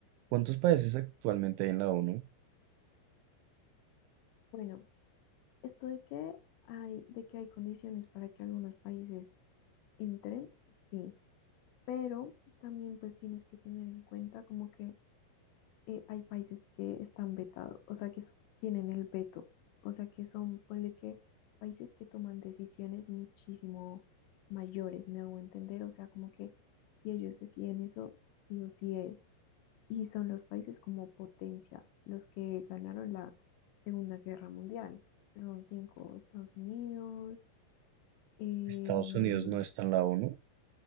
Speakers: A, on the right (about 85°); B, on the left (about 80°).
A: ¿cuántos países actualmente hay en la ONU?
B: bueno, esto de que hay, de que hay condiciones para que algunos países entren, sí, pero también pues tienes que tener en cuenta como que eh, hay países que están vetados, o sea, que s- tienen el veto, o sea, que son, ponle que países que toman decisiones muchísimo mayores, me hago entender, o sea, como que si ellos deciden eso, sí o sí es. Y son los países como potencia, los que ganaron la Segunda Guerra Mundial, que son cinco, Estados Unidos, em,
A: Estados Unidos no está en la ONU.